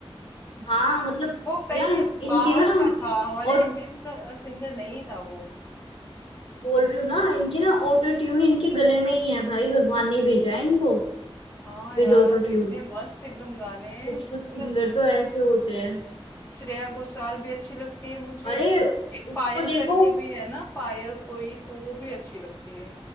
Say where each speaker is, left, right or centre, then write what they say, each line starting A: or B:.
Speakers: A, on the left; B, on the left.
A: हाँ मतलब
B: वो कहीं
A: यार इनके
B: बाहर
A: ना
B: का था हमारे
A: और
B: इंडियन का सिंगर नहीं था वो
A: बोल रही हूँ ना इनके ना ऑटो ट्यून इनके गले में ही है भाई भगवान ने भेजा है इनको
B: हाँ
A: With
B: यार
A: auto tune
B: कितने मस्त एकदम गाने
A: कुछ
B: मतलब
A: कुछ सिंगर तो ऐसे होते हैं
B: श्रेया घोषाल भी अच्छी लगती है मुझे
A: अरे उसको
B: एक पायल
A: देखो
B: करके भी है ना पायल कोई तो वो भी अच्छी लगती है